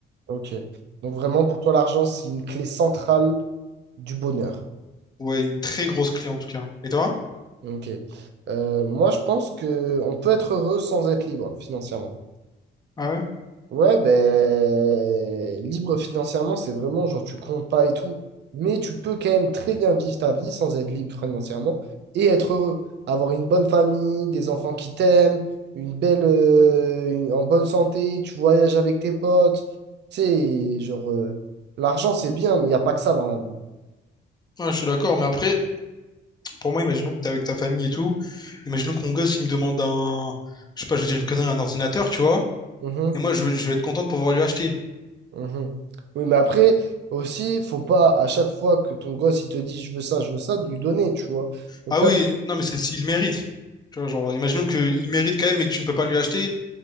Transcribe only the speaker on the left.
vois. Ouais, une très grosse clé en tout cas. Et toi?
Ouais,
ouais, je suis d'accord, mais après. pour moi, imaginons que t'es avec ta famille et tout. Imaginons que mon gosse, il me demande un, je sais pas, je vais dire une connerie, un ordinateur, tu vois.
Et moi, je, vais- je vais être content de pouvoir lui acheter.
Ah oui, non, mais c'est s'il mérite. Tu vois, genre, imaginons qu'il mérite quand même et que tu ne peux pas lui acheter.